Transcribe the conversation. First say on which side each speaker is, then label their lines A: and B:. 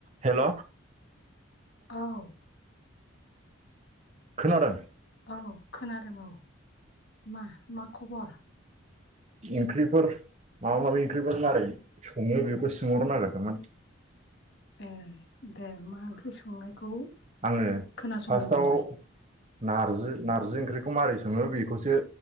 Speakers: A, on the right; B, on the left.
A: हेल'
B: औ
A: खोनादों?
B: औ खोनादों औ मा मा खबर?
A: एंख्रिफोर माबा माबि ओंख्रिफोर मारै सङो बेखौ सोंहरनो नागिरदोंमोन
B: ए दे मा ओंख्रि संनायखौ
A: आङो
B: खोनासंनो
A: फार्स्टआव
B: नोंलाय
A: नारजि नार्जि ओंख्रिखौ मारै सोङो बेखौसो